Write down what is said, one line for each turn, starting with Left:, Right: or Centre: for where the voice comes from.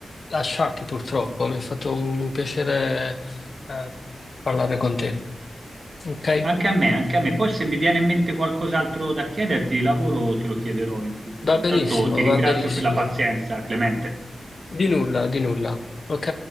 Left: lasciarti purtroppo. Mi è fatto un piacere, eh, parlare con te. Ok?
Right: Anche a me, anche a me. Poi se mi viene in mente qualcos'altro da chiederti di lavoro, te lo chiederò in futuro.
Left: Va
Right: Intanto
Left: benissimo,
Right: ti ringrazio
Left: va benissimo.
Right: per la pazienza, Clemente.
Left: Di nulla, di nulla. Ok?